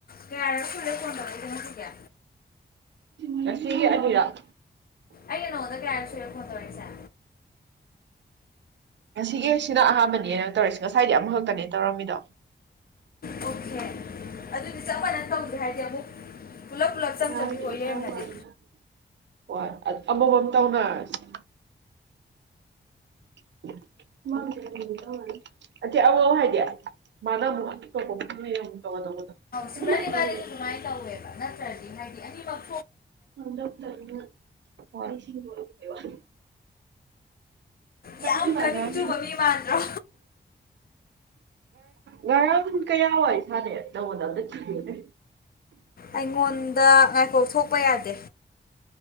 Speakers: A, on the left (about 55°); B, on the right (about 80°).
A: ꯀꯩꯌꯥꯔꯛ ꯁꯨꯔꯦ ꯐ‌ꯣꯟ ꯇꯧꯔꯛꯏꯁ‌ꯦ ꯉꯁꯤꯒꯤ
B: ꯉꯁꯤꯒꯤ ꯑꯅꯤꯔꯛ
A: ꯑꯩꯩꯅ ꯅꯉꯣꯟꯗꯥ ꯀꯌꯥꯔꯛ ꯁꯨꯔꯦ ꯐꯣꯟ ꯇꯧꯔꯛꯏꯁꯤ
B: ꯉꯁꯤꯒꯤ ꯁꯤꯅ ꯑꯍꯥꯟꯕꯅꯦꯅ‌ꯦ ꯇꯧꯔꯤꯁꯤ ꯉꯁꯥꯏꯗꯤ ꯑꯃꯈꯛꯇꯅꯦ ꯇꯧꯔꯝꯃꯤꯗꯣ
A: ꯑꯣꯀꯦ ꯑꯗꯨꯗꯤ ꯆꯄ ꯃꯅꯥꯟ ꯇꯧꯁꯤ ꯍꯥꯏꯗꯤ ꯑꯃꯨꯛ
B: <unintelligible>
A: ꯄꯨꯂꯞ ꯄꯨꯂꯞ ꯆꯪꯗꯕꯤ ꯑꯣꯏ ꯂꯩꯔꯝꯃꯗꯤ
B: ꯍꯣꯏ ꯑꯃꯥꯃꯝ ꯇꯧꯅꯔꯁꯤ <unintelligible>
A: ꯁꯤꯃꯔꯟ
B: ꯑꯗꯨꯃꯥꯏꯅ
A: ꯕꯥ
B: ꯇꯧꯋꯦꯕ
A: ꯑꯗꯨ ꯑꯗꯨꯅꯨꯡꯥꯏ ꯇ ꯍꯋꯦꯕ ꯅꯠ <unintelligible> ꯑꯥꯅꯤꯃꯛ
B: ꯃꯥꯡꯗꯧꯇꯅ <unintelligible> <unintelligible>
A: ꯌꯥꯝ
B: ꯉꯔꯥꯡ
A: ꯀꯅꯤꯡ ꯆꯨꯕ ꯃꯤ ꯃꯥꯟꯗ꯭ꯔꯣ
B: ꯉꯔꯥꯡ ꯀꯌꯥ ꯋꯥꯏ ꯏꯁꯥꯅꯩ ꯑꯗꯨ ꯇꯧꯕꯗ ꯑꯝꯇ ꯊꯤꯈꯤꯕꯨꯅꯦ
A: ꯑꯩꯉꯣꯟꯗ ꯉꯥꯏꯈꯣꯛ ꯊꯣꯛꯄ ꯌꯥꯗꯦ